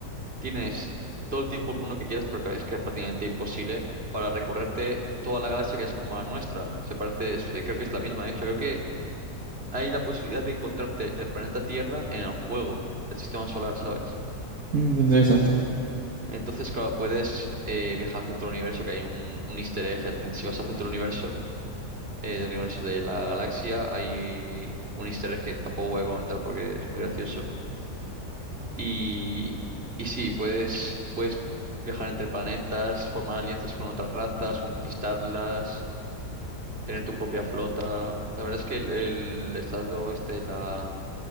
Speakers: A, on the right; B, on the right.
A: tienes todo el tiempo el mundo que quieras, pero es que es prácticamente imposible para recorrerte toda la galaxia que es como la nuestra. Se parece, es- eh, creo que es la misma, de hecho. Creo que hay la posibilidad de encontrarte el planeta Tierra en el juego, el sistema solar, ¿sabes?
B: Mm, qué interesante.
A: Entonces, claro, puedes eh, viajar al centro del universo, que hay un, un easter egg. el- Si vas al centro del universo, eh, del universo de la galaxia, hay un easter egg que tampoco voy a comentar porque es muy gracioso Y, y sí, puedes, puedes viajar entre planetas, formar alianzas con otras razas, conquistarlas, tener tu propia flota. La verdad es que el, el estado este, de la,